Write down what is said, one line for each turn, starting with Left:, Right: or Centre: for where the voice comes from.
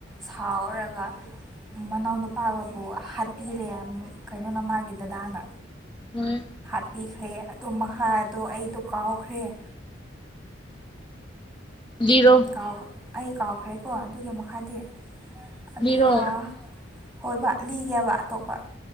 Centre: ꯁꯥꯎꯔꯒ ꯃꯅꯥꯎꯅꯨꯄꯥꯒꯕꯨ ꯍꯥꯠꯄꯤꯔꯦ ꯀꯩꯅꯣꯅ ꯃꯥꯒꯤ ꯗꯗꯥꯅ
Left: ꯍꯣꯏ
Centre: ꯍꯥꯄꯤꯈ꯭ꯔꯦ ꯑꯗꯣ ꯃꯍꯥꯗꯣ ꯑꯩꯗꯣ ꯀꯥꯎꯈ꯭ꯔꯦ
Left: ꯂꯤꯔꯣ
Centre: ꯀꯥꯎ ꯑꯩ ꯀꯥꯎꯈ꯭ꯔꯦꯀꯣ ꯑꯗꯨꯒꯤ ꯃꯈꯥꯗꯤ ꯑꯗꯨꯒ
Left: ꯂꯤꯔꯣ
Centre: ꯍꯣꯏꯕ ꯂꯤꯒꯦꯕ ꯑꯇꯣꯞꯄ